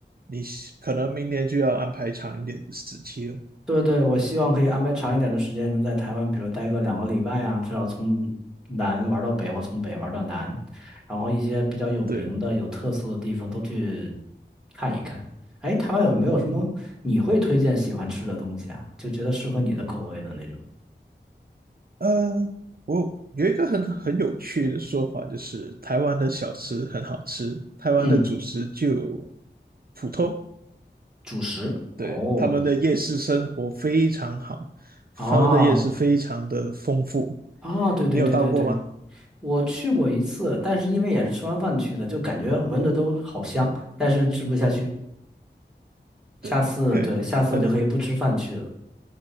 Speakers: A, on the right; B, in the centre.
A: 你可能明年就要安排长一点的时期了。
B: 对对，我希望可以安排长一点的时间，能在台湾，比如待个两个礼拜啊，至少从南玩到北，或从北玩到南，然后一些比较有名的、
A: 对，
B: 有特色的地方都去看一看。哎，台湾有没有什么你会推荐喜欢吃的东西啊？
A: 嗯，
B: 就觉得适合你的口味的那种？
A: 呃，我有一个很很有趣的说法，就是台湾的小吃很好吃，台湾的主食就
B: 嗯，
A: 普通。
B: 主食。
A: 对，
B: 哦，
A: 他们的夜市生活非常好，
B: 啊
A: 他们的夜市非常的丰富。
B: 啊，对对对对对，
A: 你有到过吗？
B: 我去过一次，但是因为也是吃完饭去的，就感觉闻着都好香，但是吃不下去。
A: 嗯，对，
B: 下次，
A: <laughs>
B: 对，下次就可以不吃饭去了。
A: 那